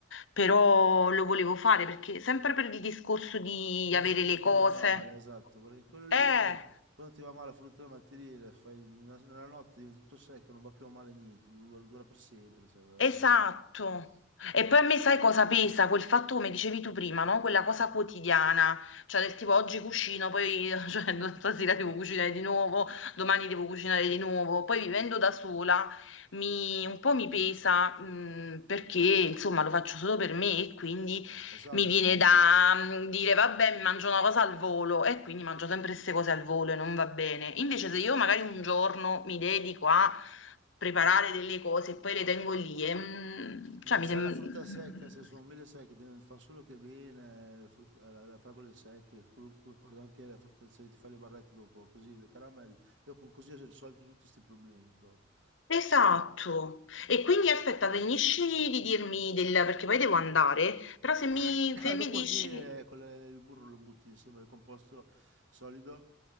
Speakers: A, on the left (about 85°); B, on the right (about 80°).
A: però lo volevo fare perché sempre per il discorso di
B: La
A: avere
B: frutta
A: le
B: che
A: cose.
B: va male, esatto, perché quello lì,
A: Eh!
B: io- quando ti va male la frutta del mattiere, fai una- nella notte diventa tutto secco, non va più male niente, dura, dura per sempre, cioè, la
A: Esatto.
B: roba sì.
A: E
B: Eh,
A: poi a me sai cosa pesa? Quel fatto, come dicevi tu prima, no? Quella cosa quotidiana, cioè del tipo oggi cucino, poi <laughs> cioè, stasera devo cucinare di nuovo, domani devo cucinare di nuovo. Poi vivendo da sola mi, un po' mi pesa mh, perché insomma lo faccio solo per me e quindi
B: Esatto,
A: mi viene da mh, dire vabbè, mi mangio una cosa al volo e quindi mangio sempre queste cose al volo e non va bene. Invece se io magari un giorno mi dedico a preparare delle cose e poi le tengo lì. E, mm,
B: esatto,
A: cioè, mi
B: se
A: sem-
B: hai la frutta secca, se sono mele secche, ti fanno solo che bene, eh, frutta, eh, la, la, fragole secche, qualunque cosa, anche la frutta, se ti fai le barrette dopo, così, le caramelle, io con così ho risolto tutti questi problemi proprio.
A: Esatto. E quindi aspetta, finisci di dirmi del... perché poi devo andare, però se mi,
B: <clears throat> <coughs>
A: se
B: Dopo
A: mi dici...
B: il miele con le- il burro lo butti insieme al composto solido